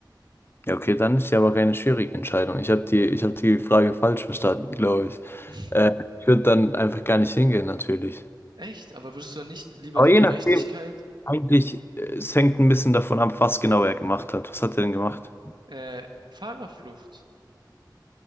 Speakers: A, on the left (about 30°); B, on the right (about 70°).
A: Ja, okay, dann ist ja aber keine schwierige Entscheidung. Ich habe die, ich hab die Frage falsch verstanden, glaube ich.
B: <laughs>
A: Äh, ich würde dann einfach gar nicht hingehen, natürlich.
B: Echt? Aber würdest du dann nicht lieber
A: Aber
B: die
A: je
B: Gerechtigkeit,
A: nachdem, eigentlich, äh, es hängt ein bisschen davon ab, was genau er gemacht hat. Was hat er denn gemacht?
B: äh, Fahrerflucht?